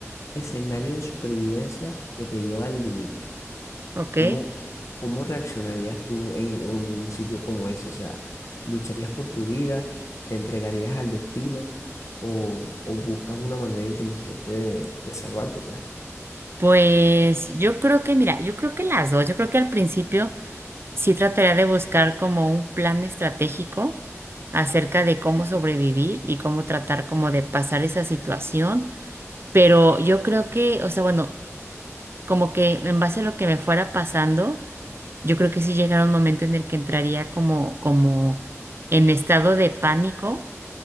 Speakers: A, on the left (about 75°); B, on the right (about 50°).
A: escenario de supervivencia que te lleva al límite.
B: ok.
A: ¿Cómo, cómo reaccionarías tú en, un sitio como ese? O sea, ¿lucharías por tu vida? ¿Te entregarías al destino? ¿O, o buscas una manera inteligente de, de salvarte, pues?
B: Pues yo creo que, mira, yo creo que las dos, yo creo que al principio sí trataría de buscar como un plan estratégico acerca de cómo sobrevivir y cómo tratar como de pasar esa situación, pero yo creo que, o sea, bueno, como que en base a lo que me fuera pasando. Yo creo que sí llegará un momento en el que entraría como, como en estado de pánico.